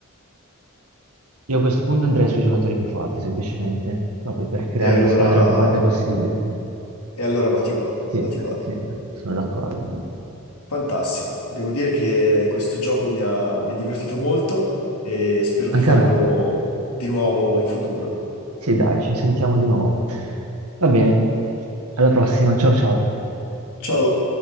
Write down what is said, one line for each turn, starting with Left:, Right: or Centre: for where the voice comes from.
Right: Io a questo punto andrei sui giocatori più forti, semplicemente, proprio per creare
Left: E allora,
Right: la squadra più forte possibile.
Left: e allora Batigol,
Right: Sì,
Left: Batigol.
Right: sì, sono d'accordo.
Left: Fantastico. Devo dire che questo gioco mi ha, mi ha divertito molto e spero di
Right: Anche
Left: farlo
Right: a me.
Left: di nuovo in futuro.
Right: Sì, dai, ci sentiamo di nuovo. Va bene, alla prossima, ciao ciao.
Left: Ciao.